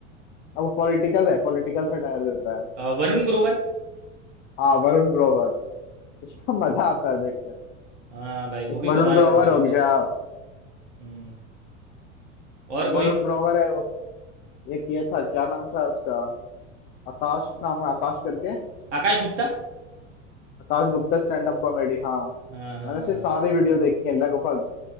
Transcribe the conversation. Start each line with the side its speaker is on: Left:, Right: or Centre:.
Left: अब वो पॉलिटिकल है पॉलिटिकल सटायर देता है
Right: Varun Grover
Left: हाँ वरुण ग्रोवर उसका <laughs> मजा आता है देख
Right: हाँ भाई वो
Left: एक
Right: भी
Left: वरुण
Right: कमाल
Left: ग्रोवर
Right: कॉमेडी करता
Left: हो गया
Right: है हम्म, और कोई
Left: वरुण ग्रोवर है वो एक ये था क्या नाम था उसका आकाश नाम है आकाश करके
Right: आकाश गुप्ता
Left: Akash Gupta stand up comedy हाँ
Right: हाँ हाँ
Left: मैंने उसकी सारी वीडियो देखी है लगभग